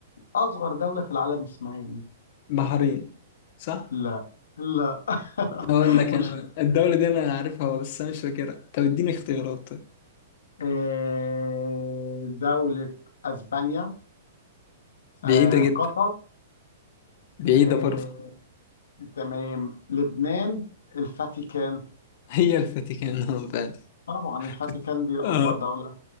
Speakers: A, on the left (about 90°); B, on the left (about 45°).
A: اصغر دوله في العالم اسمها ايه
B: بحرين صح؟
A: لا لا <laughs>
B: اقول لك انا
A: مش ل-
B: الدولة دي انا عارفها بس انا مش فاكرها طب اديني اختيارات طيب.
A: آه، دوله اسبانيا
B: بعيدة
A: آه،
B: جدا
A: قطر
B: بعيدة
A: آه،
B: برضه
A: تمام لبنان الفاتيكان
B: هي الفاتيكان <laughs> آه، فعلا.
A: طبعا الفاتيكان
B: كنت
A: دي أصغر
B: اه
A: دولة